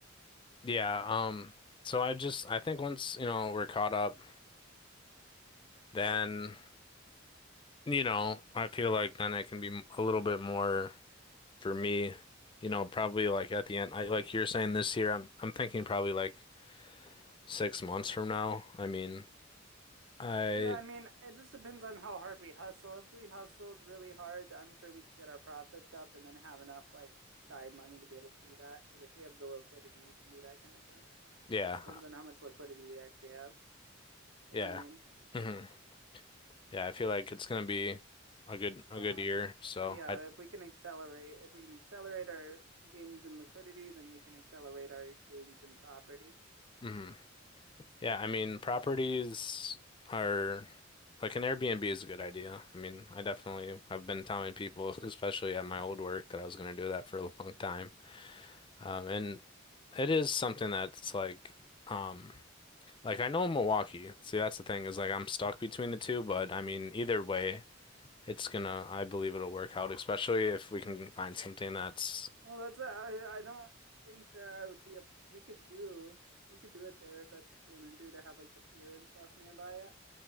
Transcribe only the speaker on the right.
Yeah, I mean, it just depends on how hard we hustle. If we hustled really hard, I'm sure we could get our profits up and then have enough like side money to be able to do that. Because if we have the liquidity, we can do that kind of thing.
It just depends on how much liquidity we actually have. You
know what I mean?
Um,
so yeah,
if we can accelerate, if we can accelerate our gains in liquidity, then we can accelerate our gains in property.
Well, that's I I don't think that I would be a we could do we could do it there if that's what you want to do to have like the pier and stuff nearby it.